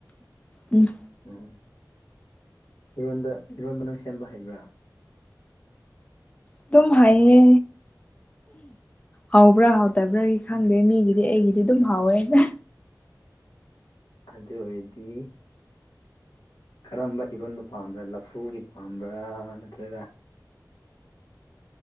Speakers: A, on the left; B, on the left.
A: ꯎꯝ
B: ꯎꯝ ꯏꯔꯣꯟꯕ ꯏꯔꯣꯟꯕ ꯅꯪ ꯁꯦꯝꯕ ꯍꯩꯕ꯭ꯔꯥ
A: ꯑꯗꯨꯝ ꯍꯥꯏꯌꯦ ꯍꯕ꯭ꯔꯥ ꯍꯥꯎꯇꯕ꯭ꯔꯥꯒꯤ ꯈꯪꯗꯦ ꯃꯤꯒꯤꯗꯤ ꯑꯩꯒꯤꯗꯤ ꯑꯗꯨꯝ ꯍꯥꯎꯋꯦꯅ
B: ꯑꯗꯨ ꯑꯗꯨ ꯑꯣꯏꯗꯤ ꯀꯔꯝꯕ ꯏꯔꯣꯟꯕ ꯄꯥꯝꯕ꯭ꯔꯥ ꯂꯐꯨꯒꯤ ꯄꯥꯝꯕ꯭ꯔꯥ ꯅꯠꯇ꯭ꯔꯒ